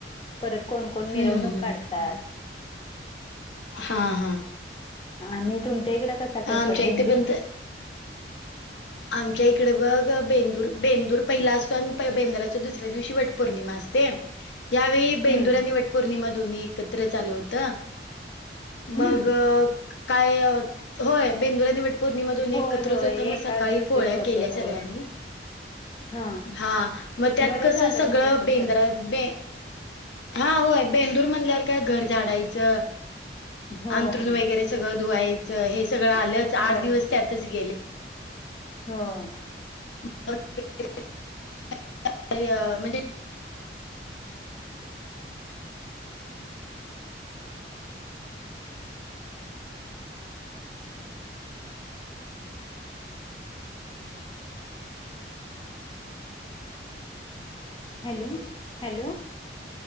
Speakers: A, on the left; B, on the left.
A: परतं कोणं कोणं मिरवणूंक
B: हम्म. हम्म.
A: काढतात
B: हा हा.
A: आणि तुमच्या इकडं कसां करतात
B: आमच्या
A: बेंदूर
B: इथे पण त आमच्या इकडे बघं बेंदूर बेंदूर पहिला असतो आणि बेंदुराच्या दुसऱ्याच दिवशी वट पौर्णिमा असतें यांवेळी बेंदूर
A: हम्म
B: आणि वटपौर्णिमा दोन्ही एकत्र आलं होतं मगं
A: हम्म
B: कायं होय बेंदुर नी वटपौर्णिमा दोन्ही
A: होय
B: एकत्रचं
A: होय
B: होतं म
A: एकाच
B: सक काळी
A: दिवशीच
B: पोळ्यां
A: होत
B: केल्या
A: होय
B: सगळ्यांनी
A: हा
B: हां म त्यांत
A: बरं
B: कसं
A: झालं
B: सगळं
A: ना तसं
B: बेंद्रयात
A: खरं
B: बे हा होय बेंदूर म्हणल्यावर काय घर झाडायचं
A: होय
B: अंथरून वगैरे सगळं धुवायचं हे सगळं आलंच आठ
A: होय
B: दिवस त्यातच गेले
A: होय.
B: <inaudible> की अ म्हणजे
A: हॅलो हॅलो